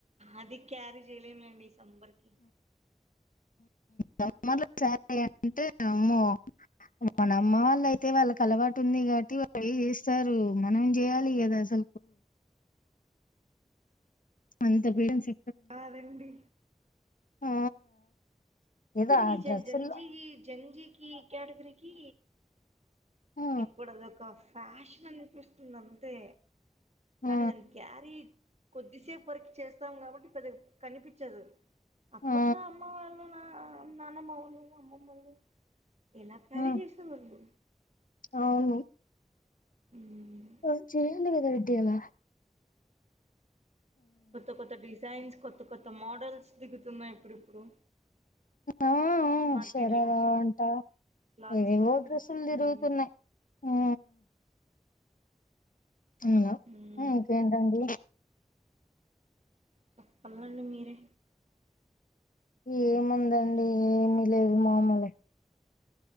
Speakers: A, on the right (about 50°); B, on the left (about 75°).
A: అది కారి చేయలేం లేండి ఈ సంబర్కి
B: సమ్మర్లో సారి అంటే అమ్మో మన అమ్మ వాళ్ళ అయితే వాళ్ళకి అలవాటు ఉంది కాబట్టి వాళు ఏ చేస్తారు మనం చేయాలి కదా అసలు అంత బీడసి
A: అదండి
B: ఆ
A: ఇప్పుడుకి
B: ఏదో ఆ
A: జ
B: డ్రెస్సుల్లో
A: జంజీకి జంజీకి కేటగిరికి
B: ఆ
A: ఇప్పుడు అదొక ఫ్యాషన్ అనిపిస్తుంది అంతే
B: ఆ
A: కానీ దాన్ని క్యారీ కొద్దిసేపు వరకు చేస్తాం కాబట్టి పెద్దగ కనిపించదు అప్పట్లో
B: ఆ
A: అమ్మ వాళ్ళు నా నాన్నమ్మ వాళ్లు అమ్మమ్మళ ఎలా కారీ
B: ఆ
A: చేసేవాళ్ళు
B: అవును
A: మ్మ్.
B: ఆ చేయ్యండి కదాట్టాల
A: కొత్త కొత్త డిజైన్స్ కొత్త కొత్త మోడల్స్ దిగుతున్నాయి ఇప్పుడిప్పుడు
B: ఆషరరా
A: మార్కెట్ లో
B: అంటా
A: క్లాత్స్
B: ఇవిగో
A: వారి గురించి
B: డ్రెస్సులు తిరుగుతున్నయి
A: మ్మ్.
B: అ అవున
A: మ్మ్.
B: ఇంకేంటండి
A: చెప్పల్లండి మీరే
B: ఏముందండి ఏమి లేదు మామూలే